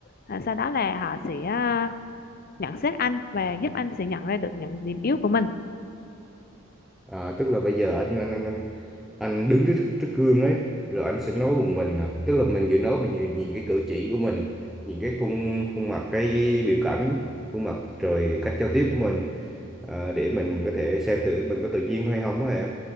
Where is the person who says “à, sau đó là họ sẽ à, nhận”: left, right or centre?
Left